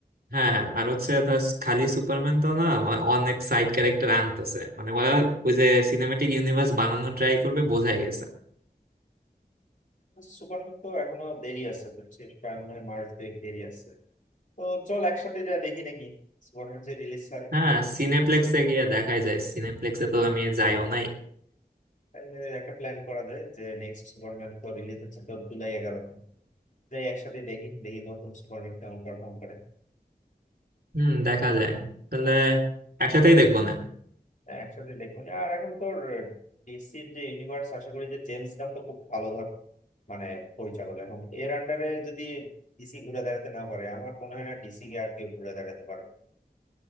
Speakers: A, on the right; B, on the left.
A: হ্যাঁ হ্যাঁ আর হচ্ছে ধর খালি সুপারম্যান তো না আ- অনেক সাইড ক্যারেক্টার আনতেছে মানে ওরা ওই যে সিনেমেটিক ইউনিভার্স বানানো ট্রাই করবে বোঝাই গেছে
B: সুপারম্যান তো এখনো দেরি আছে বুঝছিস প্রায় মনে হয় মার্চ দেরি আছে তো চল একসাথে যা দেখি নাকি সুপারম্যান যে রিলিজ হয়
A: হ্যাঁ
B: তো
A: সিনেপ্লেক্সে গিয়ে দেখাই যায় সিনেপ্লেক্সে তো আমি যাইও নাই
B: তাহলে একটা প্ল্যান করা যায় যে নেক্সট সুপারম্যান তো রিলিজ হচ্ছে তোর জুলাই এগারোতে যাই একসাথে দেখি দেখি নতুন সুপারম্যান কেমন পারফর্ম করে
A: হুম দেখা যায় তাহলে একসাথেই দেখবো না
B: হ্যাঁ, একসাথে দেখবো না। আর এখন তোর ডিসির যে ইউনিভার্স আশা করি যে জেমস গান তো খুব ভালো ধর মানে পরিচালক এখন এর আন্ডারে যদি ডিসি ঘুরে দাঁড়াতে না পারে আমার মনে হয় না ডিসি কে আর কেউ ঘুরে দাঁড়াতে পারবে